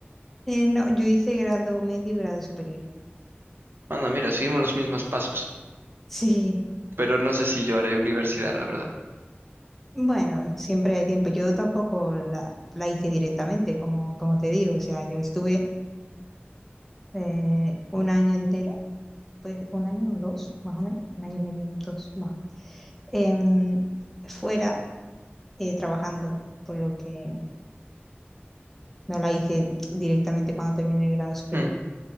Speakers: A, in the centre; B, on the right.
A: Eh, no, yo hice grado medio y grado superior. <laughs>
B: Anda, mira, seguimos los mismos pasos.
A: Sí,
B: Pero no sé si yo haré universidad, la verdad.
A: bueno, siempre hay tiempo. Yo tampoco la, la hice directamente, como, como te digo. O sea, yo estuve eh, un año entero, pues un año o dos, más o menos, un año y medio, dos, más o menos, em, fuera eh, trabajando, por lo que no la hice directamente cuando terminé el grado superior.
B: Hmm.